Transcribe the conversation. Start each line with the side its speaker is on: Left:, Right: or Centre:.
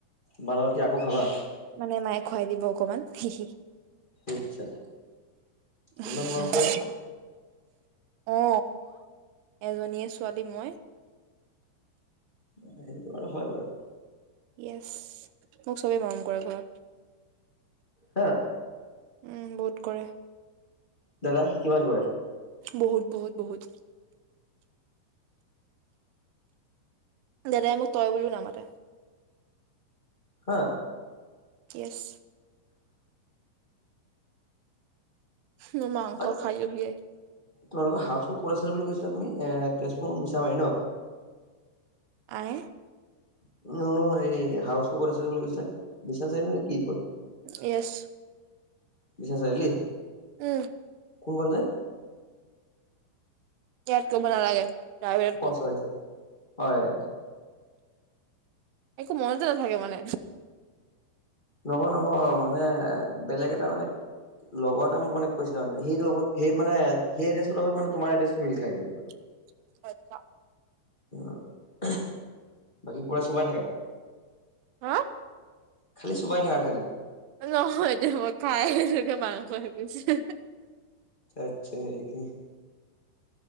Left: মা লগত কি আকৌ খাবা?
Right: মানে মায়ে খুৱাই দিব অকণ মান হিহি
Left: ইচ চালা,
Right: <unintelligible>
Left: ইমান মৰম কৰে নে
Right: অ এজনীয়ে ছোৱালী মই।
Left: সেইটো আৰু হয় বাৰু।
Right: ইয়েছ মোক চবেই মৰম কৰে ঘৰত।
Left: হা
Right: উম বহুত কৰে।
Left: দাদা কিমান কৰে?
Right: বহুত বহুত বহুত। দাদাই মোক তই বুলিও নামাতে।
Left: হা
Right: ইয়েছ। মোৰ মাংস
Left: অ
Right: খাই <unintelligible>
Left: তোমালোকৰ হাউচ ক'ত আছিলে বুলি কৈছিলা তুমি? এ তেজপুৰ মিছা মাৰি ন?
Right: আএ
Left: <unintelligible> এই হাউচ টো ক'ত আছিলো বুলি কৈছিলা? বিশ্বনাথ চাৰিআলি নে কি বাৰু?
Right: য়েছ
Left: বিশ্বনাথ চাৰিআলি?
Right: উম।
Left: কোন ফালে?
Right: ইয়াত কব নালাগে। প্ৰাইভেটত কম
Left: অ <unintelligible> হয়
Right: একো মনতে নাথাকে মানে।
Left: নহয় নহয় মানে বেলেগ এটা মানে লগৰ এটা মোক মানে কৈছিলে মানে সেই লগত সেই মানে সেই এড্ৰেছটোৰ লগত মানে তোমাৰ এড্ৰেছটোৰ মিল খাই গ'ল।
Right: <unintelligible>
Left: অহ বাকী পুৰা চোবাই থাকা?
Right: হা?
Left: খালী চোবাই থাকা খালী।
Right: নহয় এতিয়া মই খাই আছো মাংস এপিছ <inaudible>
Left: <inaudible>